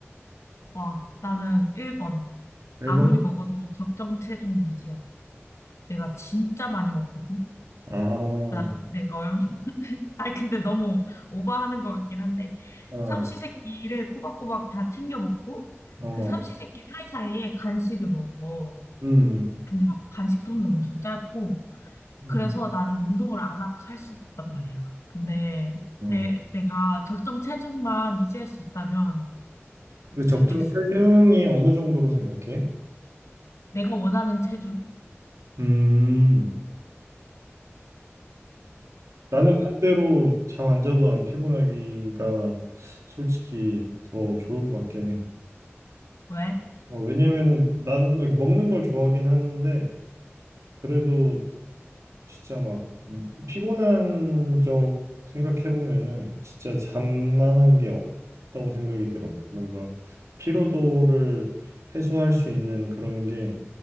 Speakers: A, on the left; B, on the right.
A: 와, 나는 1번.
B: 1번?
A: 아무리 먹어도 적정 체중 유지하기. 내가 진짜 많이 먹거든?
B: 아,
A: 나, 내가 얼마, <laughs> 아니, 근데 너무 오버하는 것 같긴 한데,
B: 아,
A: 삼시세끼를 꼬박꼬박 다 챙겨 먹고,
B: 어,
A: 그 삼시세끼 사이사이에 간식을 먹어.
B: 음,
A: 근데 막 간식통도 엄청 짧고,
B: 음,
A: 그래서 나는 운동을 안 하고 살 수가 없단 말이야. 근데
B: 어.
A: 내, 내가 적정 체중만 유지할 수 있다면
B: 그 적정
A: 좋겠어.
B: 체중이 어느 정도로 생각해?
A: 내가 원하는 체중?
B: 음, 나는
A: 응.
B: 반대로 잠 안 자도 안 피곤하기가 솔직히 더 좋을 것 같긴 해.
A: 왜?
B: 어, 왜냐면은 나는 먹는 걸 좋아하긴 하는데, 그래도 진짜 막 음, 피곤한 적 생각해보면은 진짜 잠만한 게 없다고 생각이 들어. 뭔가 피로도를 해소할 수 있는 그런 게